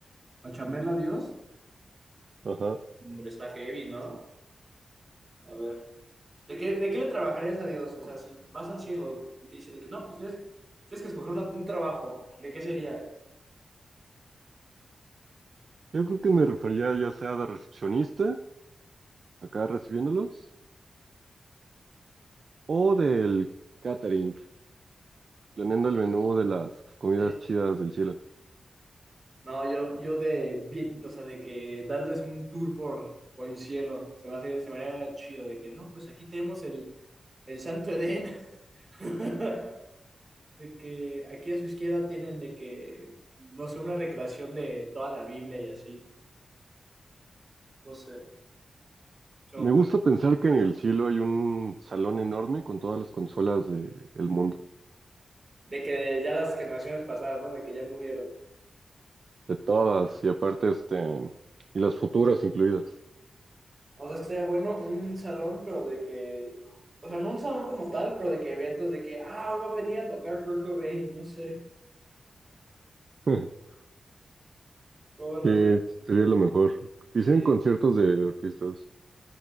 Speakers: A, on the right; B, on the right.
A: ¿A chambearla a Dios?
B: Ajá.
A: Hombre, está heavy, ¿no? A ver. ¿De qué, de qué le trabajarías a Dios? O sea, si vas al cielo y te dice de que no, pues tienes, tienes que escoger una- un trabajo. ¿De qué sería?
B: Yo creo que me refería ya sea de recepcionista, acá recibiéndolos, o del catering, planeando el menú de las comidas
A: Sí.
B: chidas del cielo.
A: No, yo, yo de bien, o sea, de que darles un tour por, por el cielo. Se me hace, se me haría chido de que no, pues aquí tenemos el, el Santo Edén. <laughs> De que aquí a su izquierda tienen de que, no sé, una recreación de toda la Biblia y así. No sé, se me
B: Me
A: ocurre.
B: gusta pensar que en el cielo hay un salón enorme con todas las consolas del mundo.
A: De que ya las generaciones pasadas, ¿no? De que ya murieron.
B: De todas, y aparte este, y las futuras incluidas.
A: O sea, estaría bueno un salón, pero de que, o sea, no un salón como tal, pero de que eventos de que, ah, hoy va a venir a tocar Kurt Cobain, no sé.
B: <laughs>
A: O bueno,
B: Sí,
A: no sé.
B: sería lo mejor. Quisieran
A: Sí.
B: conciertos de artistas.